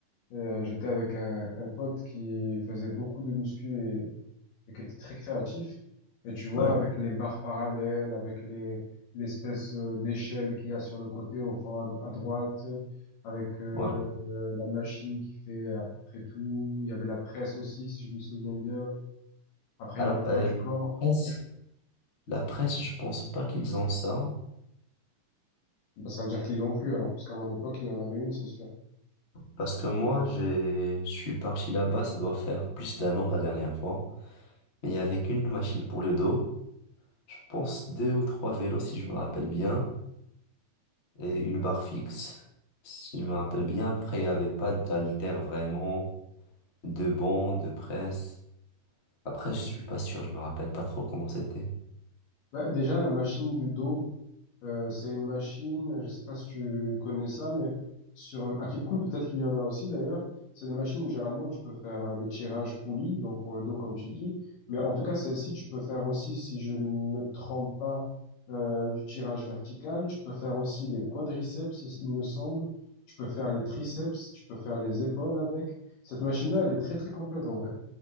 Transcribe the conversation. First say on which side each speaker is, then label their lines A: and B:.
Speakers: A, on the left (about 70°); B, on the left (about 45°).
A: euh, j'étais avec un, un pote qui faisait beaucoup de muscu et, et qui était très créatif. Et tu vois,
B: Ouais,
A: avec les barres parallèles, avec les l'espèce euh, d'échelle qu'il y a sur le côté au fond à, à droite, avec euh,
B: ouais.
A: euh, la machine qui fait à peu près tout. Il y avait la presse aussi, si je me souviens bien. Après,
B: Alors,
A: il y a le
B: euh,
A: poids du corps.
B: presse- la presse, je pense pas qu'ils ont ça.
A: Bah, ça veut dire qu'ils l'ont plus alors, parce qu'à mon époque, il y en avait une, c'est sûr.
B: Parce que moi, j'ai- je suis parti là-bas, ça doit faire plus d'un an la dernière fois. Mais il n'y avait qu'une machine pour le dos. Je pense deux ou trois vélos, si je me rappelle bien. et une barre fixe, si je me rappelle bien. Après, il n'y avait pas d'haltère vraiment, de banc, de presse. Après, je suis pas sûr, je me rappelle pas trop comment c'était.
A: Bah, déjà, la machine du dos, euh, c'est une machine, je sais pas si tu connais ça, mais sur à Keepcool, peut-être qu'il y en a aussi d'ailleurs. C'est des machines où généralement tu peux faire euh, le tirage poulie, donc pour le dos comme tu dis. Mais en tout cas, celle-ci, tu peux faire aussi, si je ne me trompe pas, euh, du tirage vertical. Tu peux faire aussi les quadriceps, il me semble. Tu peux faire les triceps, tu peux faire les épaules avec. Cette machine-là, elle est très très complète en vrai.